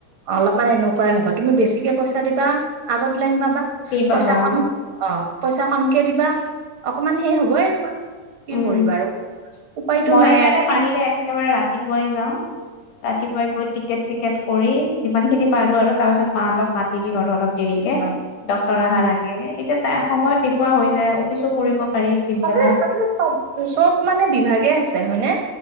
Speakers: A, on the right (about 60°); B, on the left (about 85°).
A: অলপমান এনেক কোৱাই হব তুমি বেছিকে পইচা দা আগত লাইন পাবা,
B: ফ্ৰী পাবা
A: পইচা কম অ পইচা কমকে দিবা অকমান সেই হবই আৰুমাক কি
B: উম
A: কৰিবা আৰু উপায়তটো
B: মই
A: নাই
B: এইকাৰণে
A: আৰু কিম
B: পাৰিলে একেবাৰে ৰাতিপুৱাই যাওঁ, ৰাতিপুৱাই গৈ টিকেট চিকেট কৰি যিমান খিনি পাৰো আৰু তাৰপিছত মাত মাতি দিওঁ আৰু অলপ দেৰিকে
A: অ
B: ডক্তৰ অহাৰ আগে আগে, তেতিয়া ত সময়ত দেখুওৱা যায় পিছু কৰিব পাৰি পিছবেলা
A: তাতে তাতে চব চব মানে বিভাগে আছে হয়নে